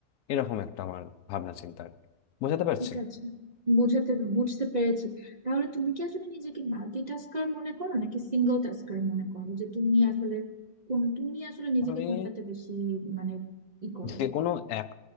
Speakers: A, on the left; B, on the right.
A: এরকম একটা আমার ভাবনা চিন্তা আর কি বোঝাতে পারছি
B: ঠিক আছে বুঝাতে বুঝতে পেরেছি তাহলে তুমি কি আসলে নিজেকে মাল্টিটাস্কার মনে করো নাকি সিঙ্গেল টাস্কার মনে করো যে তুমি আসলে কোন তুমি আসলে নিজেকে
A: আমি
B: কোনটাতে বেশি মানে ই করো
A: যে কোনো এক